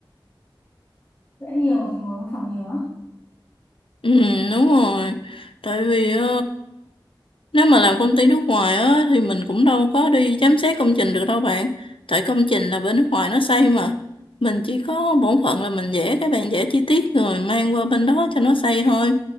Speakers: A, on the left; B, on the left.
A: vẽ nhiều thì ngồi văn phòng nhiều á
B: Ừ, đúng rồi. Tại vì ờ, nếu mà làm công ty nước ngoài á thì mình cũng đâu có đi giám sát công trình được đâu bạn. Tại công trình là bên nước ngoài nó xây mà. Mình chỉ có bổn phận là mình vẽ cái bạn vẽ chi tiết rồi mang qua bên đó cho nó xây thôi.